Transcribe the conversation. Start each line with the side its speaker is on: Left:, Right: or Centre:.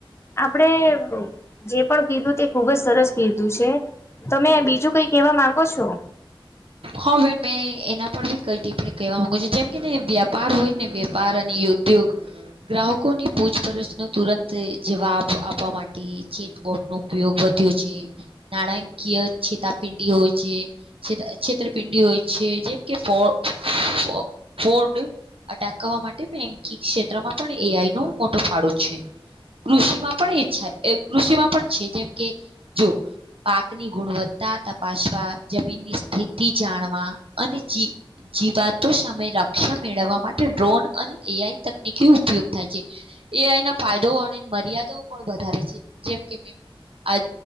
Left: આપણેે જે પણ કીધું તે ખુબ જ સરસ કીધું છે. તમે બીજું કઈ કેહેવા માંગો છો.
Right: હવે મેં એના પર. કઈ ટીપ્પણી કહેવા માંગુ છું, જેમ કેને વ્યાપાર હોય ને વેપાર અને ઉદ્યોગ. ગ્રાહકો ની પૂછપરછ નો તુરંત જવાબ આપવા માટે ચેટબોટ નો ઉપયોગ. વધ્યો છે, નાણાકીય છેતાપિંડી હોય છે. છેત છેતરપિંડી હોય છે જેમ કે ફો. ફો ફોડ અટકવા માટે બેન્કિંગ ક્ષેત્રમાં પણ. એઆઈ નો મોટો ફાળો છે. કૃષિમાં પણ એચ્છા કૃષિમાં પણ છે જેમ કે જો. પાકની ગુણવત્તા તપાસવા જમીનની સ્થિતિ જાણવા અને જી. જીવાતો સામે રક્ષણ મેળવવા માટે ડ્રોન અને એઆઈ તકનીકી ઉપયોગ થાય છે. એઆઈના ફાયદો અને મર્યાદાઓ પણ વધારે છે, જેમ કે મે. આજ